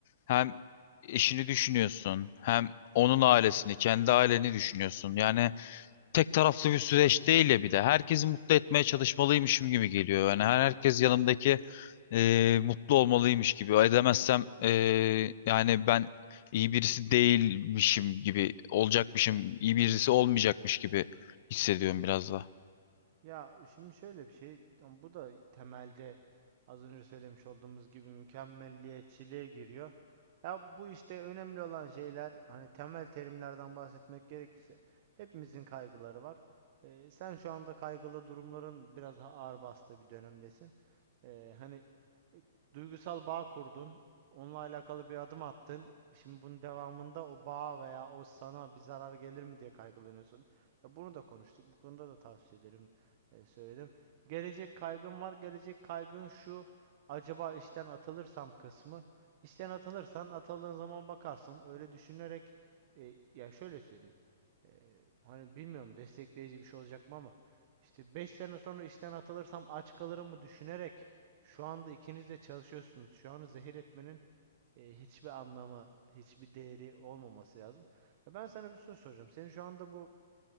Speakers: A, on the left; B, on the right.
A: hem eşini düşünüyorsun, hem onun ailesini, kendi aileni düşünüyorsun. Yani tek taraflı bir süreç değil ya bir de. Herkesi mutlu etmeye çalışmalıymışım gibi geliyor. Yani her- herkes yanımdaki e, mutlu olmalıymış gibi. Edemezsem e, yani ben iyi birisi değilmişim gibi olacakmışım, iyi birisi olmayacakmış gibi hissediyorum biraz da.
B: Ya şimdi şöyle bir şey, ama bu da temelde az önce söylemiş olduğumuz gibi mükemmelliyetçiliğe giriyor. Ya bu işte önemli olan şeyler, hani temel terimlerden bahsetmek gerekirse hepimizin kaygıları var. Ee, sen şu anda kaygılı durumların biraz daha ağır bastığı bir dönemdesin. Ee, hani e, duygusal bağ kurdun, onunla alakalı bir adım attın. Şimdi bunun devamında o bağ veya o sana bir zarar gelir mi diye kaygılanıyorsun. Ya bunu da konuştuk. Bu konuda da tavsiye ederim e, söyledim. Gelecek kaygım var. Gelecek kaygın şu. Acaba işten atılırsam kısmı. İşten atılırsan atıldığın zaman bakarsın. Öyle düşünerek e, ya şöyle söyleyeyim. E, hani bilmiyorum destekleyici bir şey olacak mı ama işte 5 sene sonra işten atılırsam aç kalırım mı düşünerek şu anda ikiniz de çalışıyorsunuz. Şu anı zehir etmenin e, hiçbir anlamı, hiçbir değeri olmaması lazım. Ben sana bir soru soracağım. Senin şu anda bu